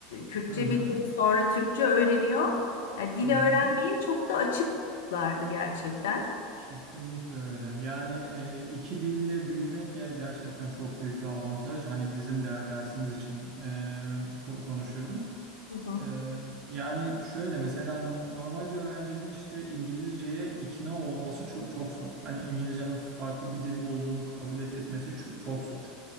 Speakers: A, on the left; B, on the right.
A: Kürtçe
B: Hı hı.
A: biliyor, sonra Türkçe öğreniyor. Yani dili
B: Hı hı.
A: öğrenmeye çok da açıklardı gerçekten.
B: Kesinlikle öyle. Yani e, iki dille büyümek ya gerçekten çok büyük bir avantaj. Hani bizim de dersimiz için e, ko- konuşuyorum.
A: Hı hı.
B: Ee, yani şöyle mesela no- normal bir öğrencinin işte İngilizceye ikna olması çok çok zor. Hani İngilizcenin farklı bir dil olduğunu kabul et, etmesi çok, çok zor.